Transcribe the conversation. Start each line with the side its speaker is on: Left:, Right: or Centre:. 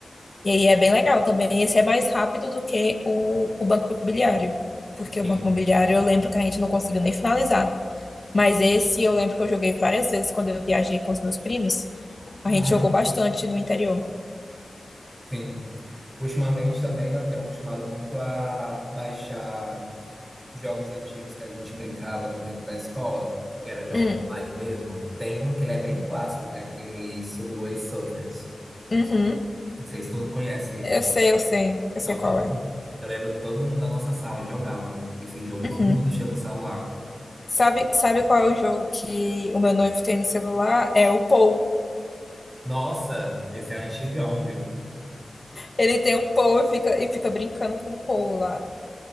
Left: E aí é bem legal também. Esse é mais rápido do que o, o Banco Imobiliário. Porque o
Right: sim.
Left: Banco Imobiliário eu lembro que a gente não conseguiu nem finalizar. Mas esse eu lembro que eu joguei várias vezes quando eu viajei com os meus primos. A
Right: Uhum,
Left: gente jogou bastante no interior.
Right: sim. Ultimamente também eu tenho acostumado muito a baixar jogos antigos que a gente brincava no tempo da escola, que era jogos
Left: Hum,
Right: online mesmo, tem um que ele é bem clássico, que é aquele Subway Surfers.
Left: uhum.
Right: Não sei se tu conhece ele.
Left: Eu sei, eu sei, eu sei
Right: Nossa,
Left: qual
Right: todo
Left: é.
Right: mundo- Eu lembro que todo mundo da nossa sala jogava esse jogo,
Left: Uhum.
Right: todo mundo tinha no celular.
Left: Sabe, sabe qual é o jogo que o meu noivo tem no celular? É o Pou.
Right: Nossa, esse é antigão, viu?
Left: Ele tem o Pou e fica, e fica brincando com o Pou lá.